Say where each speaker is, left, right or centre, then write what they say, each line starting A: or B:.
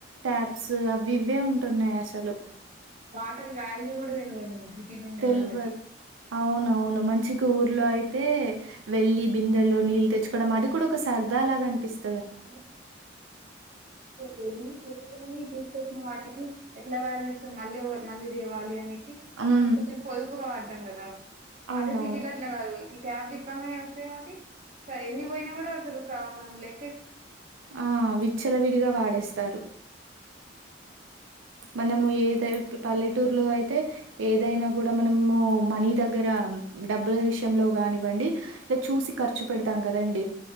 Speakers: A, on the right; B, on the right.
A: టాబ్స్ అవి ఇవే ఉంటున్నాయి అసలు
B: అ వాల్యూ కూడా తెలవదు సిటీలో ఉండే
A: తెలివదు
B: వాళ్ళకి
A: అవునవును మంచి ఊర్లో అయితే వెళ్లి బిందెల్లో నీళ్ళు తెచ్చుకోడం అది కూడా ఒక సరదా లాగా అనిపిస్తది
B: <inaudible> వెళ్ళి తెచ్చుకొని తీసుకొచ్చిన వాటికి ఎట్లా వాల్యూ ఇస్తం మళ్ళీ మళ్ళీ తేవ్వాలి నిషి
A: ఉమ్
B: మనం కొంచెం పొదుపుగా వాడతాం కదా
A: అవునవును
B: అదే సిటీ లో అట్లా కాదు ట్యాబ్ తిప్పంగానే వస్తాయి కాబట్టి సరే ఎన్ని పోయినా కూడా అసలు మనం లె
A: ఆ విచ్చలవిడిగా వాడేస్తారు మనము ఏద పల్లెటూరులో అయితే ఏదైనా కూడా మనము మనీ దగ్గర డా డబ్బుల విషయంలో కానివ్వండి ఇలా చూసి ఖర్చు పెడతాం కదండి